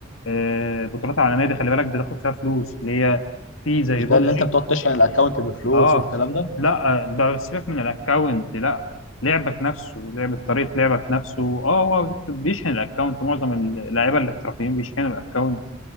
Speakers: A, on the left; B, on the left.
A: آه، بطولات عالميه دي خلي بالك بتاخد فيها فلوس اللي هي في زي
B: مش
A: بابجي
B: ده اللي انت بتقعد تشحن الاكونت بفلوس
A: اه
B: والكلام ده
A: لا آه، بقى سيبك من الاكونت لا لعبك نفسه لعبة طريقة لعبك نفسه اه هو بيشحن الاكونت معظم اللعيبة الاحترافيين بيشحنوا الاكونت